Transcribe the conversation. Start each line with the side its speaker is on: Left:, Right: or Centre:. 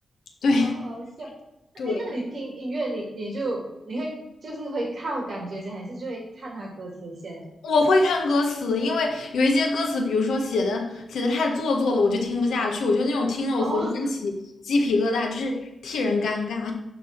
Left: 对，
Right: 好好笑。哎，
Left: 对，
Right: 那你听音乐，你你就你会就是会靠感觉先，还是就会看他歌词先啊
Left: 我会看歌词，因为有一些歌词，比如说写的写的太做作了，我就听不下去。我就那种听了我浑身起鸡皮疙瘩，
Right: 哦，
Left: 就是替人尴尬，